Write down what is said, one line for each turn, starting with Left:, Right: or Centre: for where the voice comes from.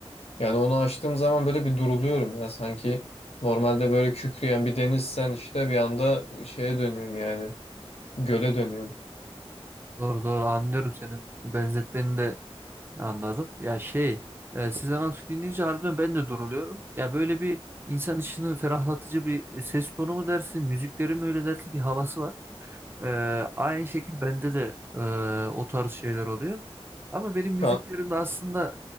Left: Yani onu açtığım zaman böyle bir duruluyorum ya sanki normalde böyle kükreyen bir denizsen işte bir anda şeye dönüyorsun yani göle dönüyorsun.
Right: Doğru doğru anlıyorum senin benzetmeni de anladım. Ya şey e, Sezen Aksu dinleyince harbiden ben de duruluyorum. Ya böyle bir insan içini ferahlatıcı bir e, ses tonu mu dersin, müzikleri mi öyle dersin bir havası var. E, aynı şekil bende de e, o tarz şeyler oluyor. Ama benim müziklerim
Left: Kan
Right: de aslında